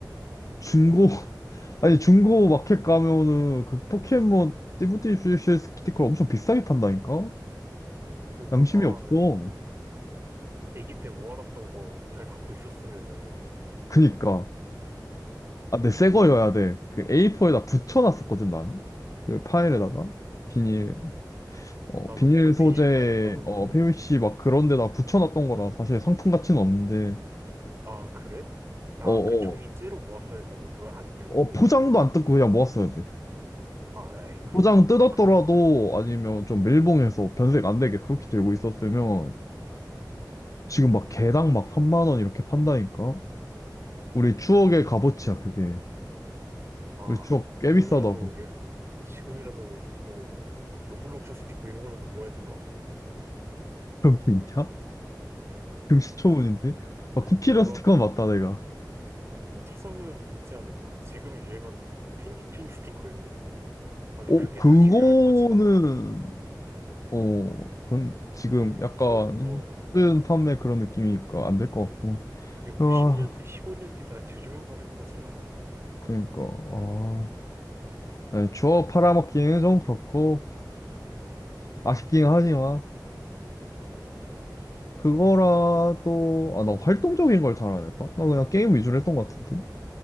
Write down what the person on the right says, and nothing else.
그러니까,
아,
애기 때 모아놨던 거 잘 갖고 있었으면은,
어,
나도
그
비닐 파일, 나도
그,
아, 그래? 아,
그 종이
째로 모았어야 된다고 그걸 안 떼고,
아, 에이, 그럼,
그럼,
아,
지금이라도,
예, 지금이라도, 뭐, 로블록스 스티커 이런 거라도 모아야 되나?
<laughs>
몰라,
뭐,
좀,
뭐, 찾아보면 뭐 있지 않을까? 지금 유행하는 거 있죠. 막, 티니핑 스티커 이런 거. 아니,
그게
다시 유행할 것 같진 않아.
그게
3, 어,
그게 뭐
10년 뒤, 15년 뒤 다시 재조명 받을 것 같진 않아.